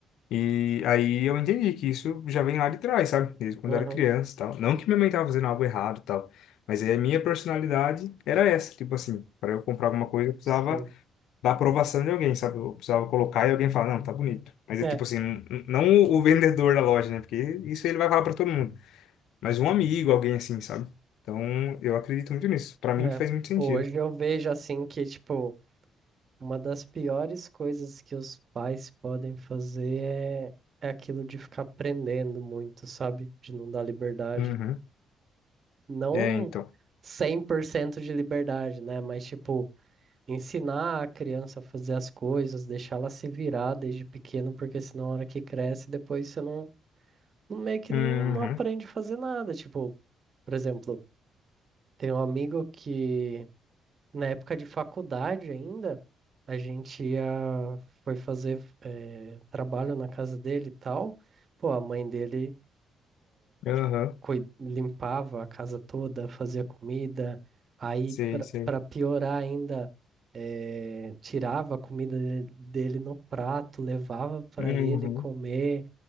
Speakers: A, on the left; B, on the right.
A: E aí eu entendi que isso já vem lá de trás, sabe? Desde quando
B: Uhum,
A: eu era criança e tal. Não que minha mãe estava fazendo algo errado e tal, mas aí a minha personalidade era essa, tipo assim, para eu comprar alguma coisa eu precisava
B: sim.
A: da aprovação de alguém, sabe? Eu precisava colocar e alguém falar, não, tá bonito. Mas
B: É,
A: é tipo assim, n- n- não o o vendedor da loja, né? Porque isso ele vai falar pra todo mundo. Mas um amigo, alguém assim, sabe? Então, eu acredito muito nisso. Pra mim
B: é.
A: faz muito sentido.
B: Hoje eu vejo assim que, tipo, Uma das piores coisas que os pais podem fazer é, é aquilo de ficar prendendo muito, sabe? De não dar liberdade.
A: Uhum.
B: Não
A: É, então.
B: 100% de liberdade, né? Mas, tipo, ensinar a criança a fazer as coisas, deixar ela se virar desde pequeno, porque senão, na hora que cresce, depois você não, não- meio que
A: Uhum.
B: não, não aprende a fazer nada. Tipo, por exemplo, tem um amigo que. na época de faculdade ainda, a gente ia, foi fazer eh, trabalho na casa dele e tal. Pô, a mãe dele
A: Aham.
B: cui- limpava a casa toda, fazia comida. Aí,
A: Sei, sei.
B: para piorar ainda, eh, tirava a comida de- dele no prato, levava para
A: Uhum.
B: ele comer.